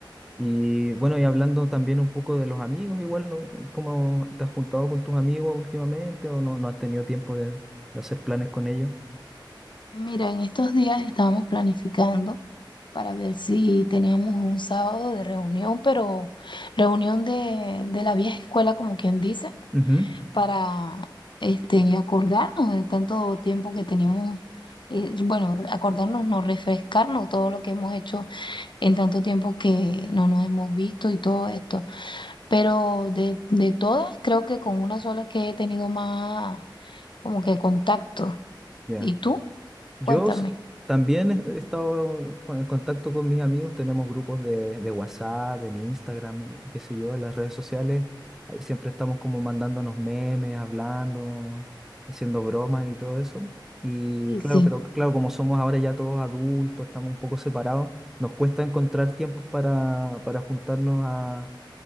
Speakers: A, in the centre; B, on the left.
A: Y bueno, y hablando también un poco de los amigos, igual, ¿no? ¿Cómo te has juntado con tus amigos últimamente o no, no has tenido tiempo de, de hacer planes con ellos?
B: Mira, en estos días estábamos planificando para ver si teníamos un sábado de reunión, pero reunión de, de la vieja escuela, como quien dice
A: Ujú,
B: para este, acordarnos de tanto tiempo que tenemos, eh, bueno, re- acordarnos, no refrescarnos todo lo que hemos hecho en tanto tiempo que no nos hemos visto y todo esto. Pero de, de todas, creo que con una sola que he tenido más como que contacto.
A: Ya.
B: ¿Y tú?
A: Yo
B: Cuéntame.
A: s- también he he estado con- en contacto con mis amigos, tenemos grupos de, de WhatsApp, en Instagram, qué sé yo, en las redes sociales. Ahí siempre estamos como mandándonos memes, hablando, haciendo bromas y todo eso. Y
B: Sí,
A: claro,
B: sí,
A: pero claro, como somos ahora ya todos adultos, estamos un poco separados, nos cuesta encontrar tiempo para, para juntarnos a,